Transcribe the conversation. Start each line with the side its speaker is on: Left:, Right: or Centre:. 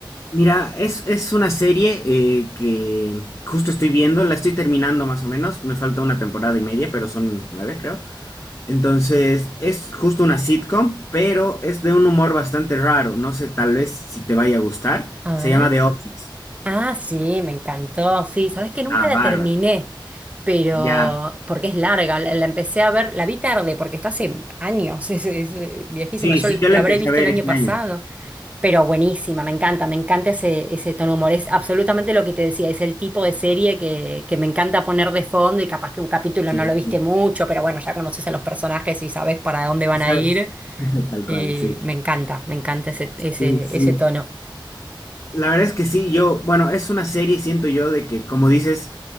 Left: Mira, es, es una serie eh, que justo estoy viendo, la estoy terminando más o menos, me falta una temporada y media, pero son nueve creo. Entonces, es justo una sitcom, pero es de un humor bastante raro, no sé tal vez si te vaya a gustar.
Right: A
Left: Se
Right: ver.
Left: llama The Office.
Right: Ah, sí, me encantó. Sí, sabés que nunca
Left: Ah,
Right: la
Left: bárbara.
Right: terminé, pero
Left: Ya.
Right: porque es larga. La, la empecé a ver, la vi tarde porque está hace años, <laughs> es, es, eh, viejísima.
Left: Sí,
Right: Yo
Left: sí, yo
Right: la
Left: la empecé
Right: habré visto
Left: a ver
Right: el año
Left: este
Right: pasado.
Left: año.
Right: Pero buenísima, me encanta, me encanta ese, ese tono de humor. Es absolutamente lo que te decía, es el tipo de serie que, que me encanta poner de fondo y capaz que un capítulo
Left: Sí,
Right: no lo viste
Left: sí,
Right: mucho, pero bueno, ya conoces a los personajes y sabes para dónde van
Left: sabes,
Right: a ir.
Left: <laughs> tal
Right: Y
Left: cual, sí.
Right: me encanta, me encanta ese, ese,
Left: Sí, sí.
Right: ese tono.
Left: La verdad es que sí, yo, bueno, es una serie, siento yo, de que, como dices,